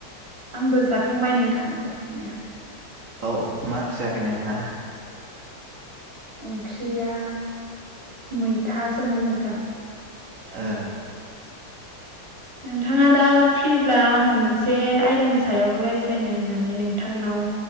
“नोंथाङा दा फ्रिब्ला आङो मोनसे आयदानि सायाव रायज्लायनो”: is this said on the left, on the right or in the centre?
Right